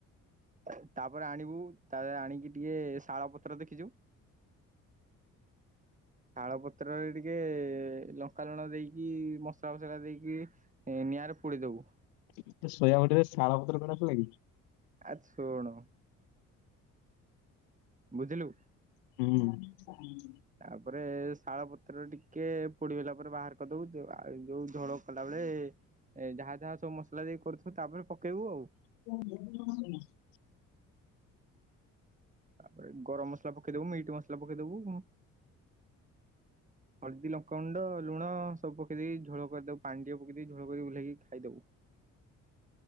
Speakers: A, on the right (about 20°); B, on the left (about 65°).
A: ଏ ତାପରେ ଆଣିବୁ ତାରେ ଆଣିକି ଟିକେ ଶାଳ ପତ୍ର ଦେଖିଚୁ? ଶାଳ ପତ୍ରରେ ଟିକେ ଲଙ୍କା ଲୁଣ ଦେଇକି ମସଲା ଫସଲା ଦେଇକି ଏ ନିଆଁରେ ପୋଡିଦବୁ।
B: ସେ ସୋୟା ବଡିରେ ଶାଳ ପତ୍ର କଣ ଥିଲା କି?
A: ଆ ଶୁଣୁ। ବୁଝିଲୁ।
B: ହୁଁ।
A: ତାପରେ ଶାଳ ପତ୍ର ଟିକେ ପୋଡିଗଲା ପରେ ବାହାର କରିଦବୁ, ଆଉ ଯୋଉ ଝୋଳ କଲା ବେଳେ ଏ ଯାହା ଯାହା ସବୁ ମସଲା ଦେଇ କରୁଥିବୁ ତାପରେ ପକେଇବୁ ଆଉ।
B: <unintelligible>
A: ତାପରେ ଗରମ ମସଲା ପକେଇଦବୁ, ମିଟ୍ ମସଲା ପକେଇଦବୁ ଉଁ। ହଳଦୀ, ଲଙ୍କା ଗୁଣ୍ଡ, ଲୁଣ ସବୁ ପକେଇ ଦେଇ ଝୋଳ କରିଦବୁ ପାଣି ଟିକିଏ ପକେଇ ଦେଇ ଝୋଳ କରିି ଓହ୍ଲେଇକି ଖାଇଦବୁ।